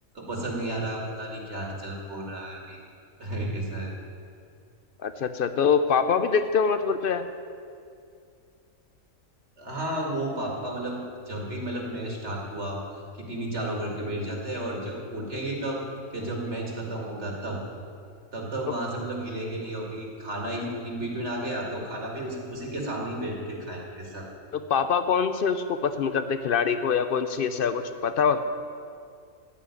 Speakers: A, on the right; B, on the left.
A: पसंद नहीं आ रहा पता नहीं क्या चल हो रहा है अभी <laughs> ऐसा है
B: अच्छा अच्छा तो पापा भी देखते होंगे तो फिर तो यार
A: हाँ वो पापा मतलब जब भी मतलब मैच स्टार्ट हुआ कि टीवी चालू करके बैठ जाते हैं और जब उठेंगे कब कि जब मैच खत्म होगा तब तब तक
B: तो,
A: वहां से मतलब हिलेंगे नहीं अभी खाना ही इन बिटवीन आ गया तो खाना भी उस, उसी के सामने ही बैठ के खाएंगे ऐसा
B: तो पापा कौन से उसको पसंद करते हैं, खिलाड़ी को या कौन सी ऐसा कुछ पता हो